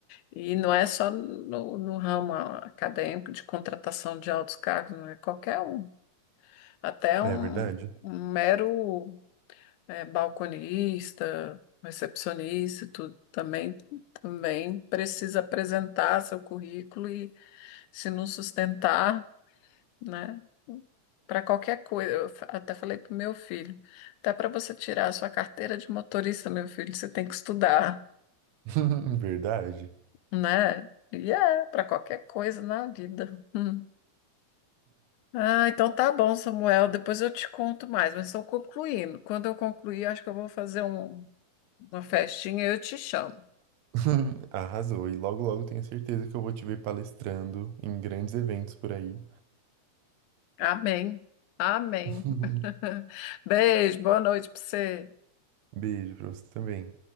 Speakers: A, on the left; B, on the right.
A: E não é só no, no ramo acadêmico de contratação de altos cargos, não é qualquer um. Até um,
B: É verdade.
A: um mero é, balconista, recepcionista, e tudo também, também precisa apresentar seu currículo e se não sustentar, né? Para qualquer coisa, eu fa- até falei para o meu filho, até para você tirar a sua carteira de motorista, meu filho, você tem que estudar,
B: <laughs> Verdade.
A: né? E é, para qualquer coisa na vida. Hum. Ah, então tá bom, Samuel, depois eu te conto mais, mas estou concluindo. Quando eu concluir, acho que eu vou fazer um- uma festinha e eu te chamo.
B: <laughs> Arrasou. E logo, logo tenho certeza que eu vou te ver palestrando em grandes eventos por aí.
A: Amém. Amém.
B: <laughs>
A: <laughs> Beijo, boa noite para você.
B: Beijo pra você também.